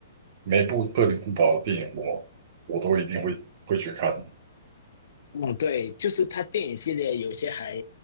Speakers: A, on the right; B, on the left.
A: 每部《恶灵古堡》的电影我，我都一定会会去看。
B: 嗯，对，就是他电影系列有些还